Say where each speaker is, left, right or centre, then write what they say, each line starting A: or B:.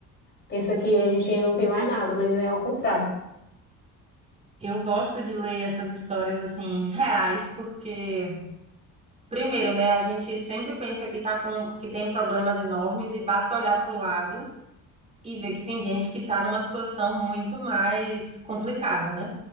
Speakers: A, on the left; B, on the right.
A: pensa que a gente ainda não tem mais nada, mas é ao contrário.
B: Eu gosto de ler essas histórias assim reais, porque primeiro, né, a gente sempre pensa que tá com que tem problemas enormes e basta olhar para o lado e ver que tem gente que tá numa situação muito mais complicada, né?